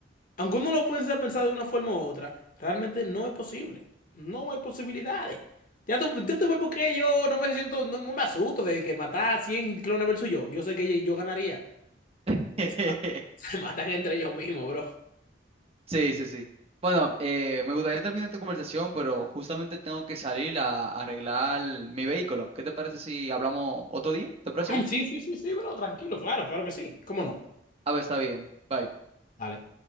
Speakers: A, on the left; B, on the right.
A: Aunque uno lo pueda pensar de una forma u otra, realmente no es posible. No hay posibilidades. Ya tú, ya tú ves por qué yo no me siento, no, no me asusto de que matar 100 clones versus yo. Yo sé que yo ganaría.
B: <laughs>
A: Que Se <laughs> se matan entre ellos mismos, bro.
B: Sí, sí, sí. Bueno, eh, me gustaría terminar esta conversación, pero justamente tengo que salir a arreglar mi vehículo. ¿Qué te parece si hablamos otro día? ¿Te parece
A: Ay,
B: bien?
A: sí, sí, sí, sí, bro, tranquilo, claro, claro que sí. ¿Cómo no?
B: A ver, está bien. Bye.
A: Dale.